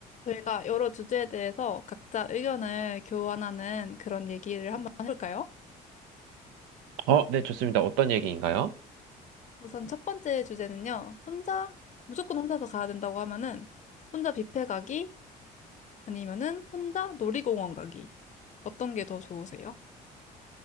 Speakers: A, on the left; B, on the right.
A: 저희가 여러 주제에 대해서 각자 의견을 교환하는 그런 얘기를 한번 해볼까요?
B: 어, 네, 좋습니다. 어떤 얘기인가요?
A: 우선 첫 번째 주제는요. 혼자, 무조건 혼자서 가야 된다고 하면은 혼자 뷔페 가기 아니면은 혼자 놀이공원 가기. 어떤 게 더 좋으세요?